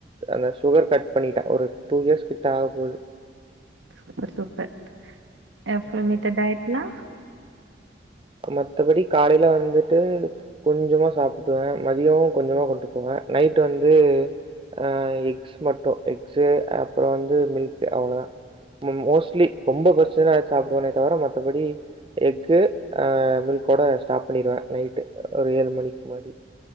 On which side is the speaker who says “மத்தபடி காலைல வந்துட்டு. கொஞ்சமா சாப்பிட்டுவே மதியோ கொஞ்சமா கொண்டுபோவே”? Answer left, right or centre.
Right